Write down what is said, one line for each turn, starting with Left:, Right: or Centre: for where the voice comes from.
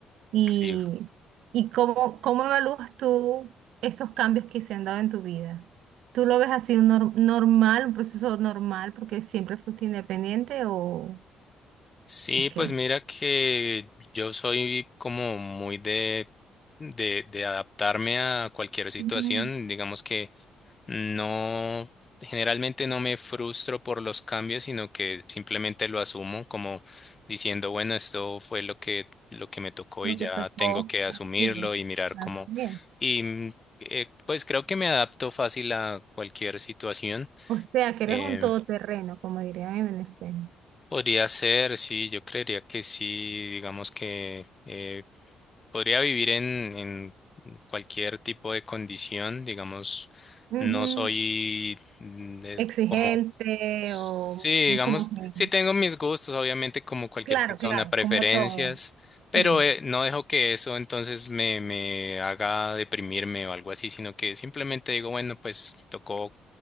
Right: ¿Y,
Left: sí,
Right: y cómo, cómo evalúas tú esos cambios que se han dado en tu vida? ¿Tú lo ves así un nor- normal, un proceso normal porque siempre fuiste independiente o,
Left: Sí,
Right: o qué?
Left: pues mira que yo soy como muy de, de, de adaptarme a cualquier situación.
Right: Ujú,
Left: Digamos que no, generalmente no me frustro por los cambios, sino que simplemente lo asumo como diciendo, bueno, esto fue lo que, lo que me tocó
Right: Lo
Left: y ya
Right: que tocó,
Left: tengo que asumirlo
Right: así es,
Left: y mirar
Right: así
Left: cómo.
Right: es.
Left: Y mm, eh, pues creo que me adapto fácil a cualquier situación.
Right: O sea, que eres
Left: em,
Right: un todoterreno, como dirían en Venezuela.
Left: Podría ser, sí, yo creería que sí, digamos que eh, podría vivir en, en cualquier tipo de condición, digamos,
Right: Ujú.
Left: no soy mm, es
Right: Exigente
Left: como Sí,
Right: o muy
Left: digamos,
Right: como que...
Left: sí tengo mis gustos, obviamente como cualquier
Right: Claro,
Left: persona,
Right: claro,
Left: preferencias,
Right: como todo.
Left: pero
Right: Sí.
Left: eh, no dejo que eso entonces me, me haga deprimirme o algo así, sino que simplemente digo, bueno, pues tocó,